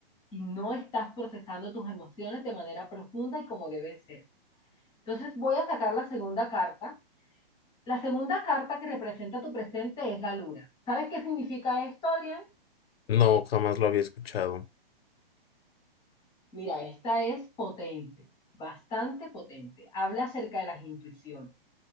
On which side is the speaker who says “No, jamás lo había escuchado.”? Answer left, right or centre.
Left